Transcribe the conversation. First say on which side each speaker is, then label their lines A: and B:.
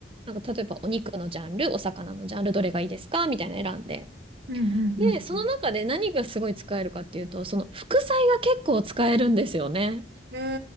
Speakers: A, on the right; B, on the right.
A: なんか例えばお肉のジャンル、お魚のジャンル、どれがいいですかみたいなの選んで。
B: うんうんう
A: で、その中で何がすごい使えるかっていうと、その副菜が結構使えるんですよね。
B: ん。へ